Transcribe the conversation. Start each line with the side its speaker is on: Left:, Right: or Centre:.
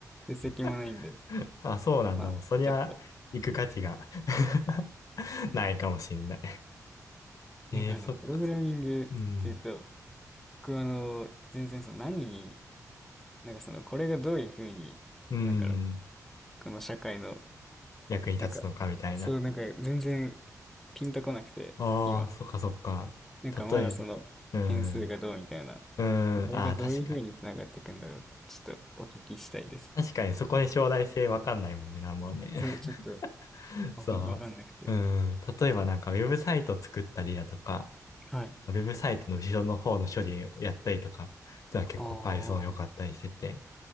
Centre: 実績もないんで、
Left: <laughs> あ、そうなんだ。
Centre: まあ、
Left: もう、そりゃ、
Centre: ちょっと。
Left: 行く価値が <laughs> ないかもしんない。
Centre: なんかあの、
Left: えー、そっか。
Centre: プログラミングっていうと、
Left: うん。
Centre: 僕はあの、全然その何に、なんかその、これがどういうふうに、
Left: うん。
Centre: なんかの、この社会の、
Left: 役に立つのか、
Centre: なんか、
Left: みたいな。
Centre: そう、なんか全然ピンとこなくて、
Left: ああ、
Centre: 今。
Left: そっかそっか。
Centre: なんかまだその、
Left: 例えば、うん。
Centre: 変数がどうみたいな、
Left: うん。
Centre: これがどういうふうにつながっていくんだろうって、
Left: ああ、確かに。
Centre: ちょっとお聞きしたいです。
Left: 確かに、そこに将来性わかんないもんね、なんもね。
Centre: それちょっと、
Left: <laughs>
Centre: わか、
Left: そう。
Centre: わかんなくて。
Left: うん。例えばなんかウェブサイトを作ったりだとか、
Centre: はい。
Left: ウェブサイトの後ろの方の処理をやったりとか、ってのは結構
Centre: ああ、
Left: Python 良かったりしてて、